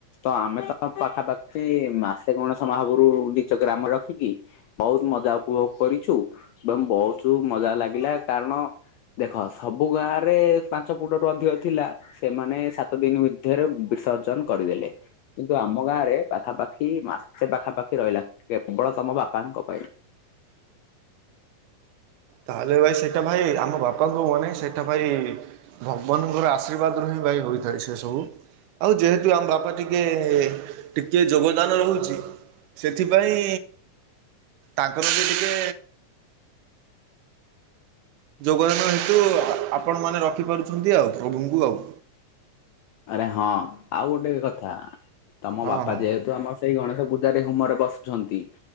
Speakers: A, on the left; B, on the right.
A: ତ ଆମେ ତ ପାଖାପାଖି ମାସେ ଗଣେଶ ମହାପରୁ ନିଚ ଗ୍ରାମ ରଖିକି ବହୁତ ମଜା ଉପଭୋଗ କରିଛୁ ଏବଂ ବହୁତ ମଜା ଲାଗିଲା କାରଣ ଦେଖ ସବୁ ଗାଁ ରେ ପାଞ୍ଚ ପୁଟରୁ ଅଧିକ ଥିଲା ସେମାନେ ସାତ ଦିନ ଭିତରେ ବିସର୍ଜନ କରିଦେଲେ। କିନ୍ତୁ ଆମ ଗାଁ ରେ ପାଖାପାଖି ମାସେ ପାଖାପାଖି ରହିଲା କେବଳ ତମ ବାପାଙ୍କ ପାଇଁ।
B: ତାହେଲେ ଭାଇ ସେଇଟା ଭାଇ ଆମ ବାପାଙ୍କୁ ମନେଇ ସେଇଟା ଭାଇ ଭଗବାନଙ୍କର ଆଶୀର୍ବାଦରୁ ହିଁ ଭାଇ ହୋଇଥାଏ ସେ ସବୁ। ଆଉ ଯେହେତୁ ଆମ ବାପା ଟିକେ ଟିକେ ଯୋଗଦାନ ରହୁଛି ସେଥିପାଇଁ ତାଙ୍କର ବି ଟିକେ ଯୋଗଦାନ ହେତୁ ଆପଣମାନେ ରଖିପାରୁଛନ୍ତି ଆଉ ପ୍ରଭୁଙ୍କୁ ଆଉ।
A: ଆରେ ହଁ ଆଉ ଗୋଟେ କଥା ତମ
B: ହଁ
A: ବାପା
B: ହଁ
A: ଯେହେତୁ ଆମ ସେଇ ଗଣେଶ ପୂଜାରେ ହୁମରେ ବସୁଛନ୍ତି